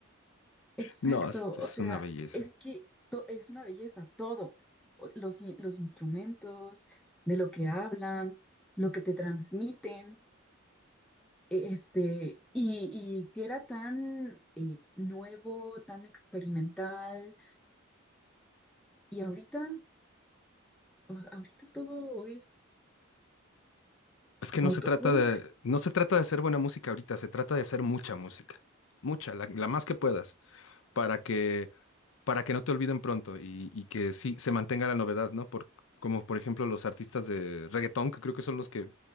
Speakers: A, in the centre; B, on the left (about 75°).
A: Exacto,
B: No, es,
A: o
B: es
A: sea,
B: una belleza.
A: es que to- es una belleza, todo. O- Los, in- los instrumentos, de lo que hablan, lo que te transmiten, e- este, y, y que era tan eh, nuevo, tan experimental. Y ahorita a- ahorita todo es
B: Es que no
A: autotune.
B: se trata de, no se trata de hacer buena música ahorita, se trata de hacer mucha música. Mucha, la, la más que puedas, para que para que no te olviden pronto y, y que sí se mantenga la novedad, ¿no? Por, como por ejemplo los artistas de reggaetón, que creo que son los que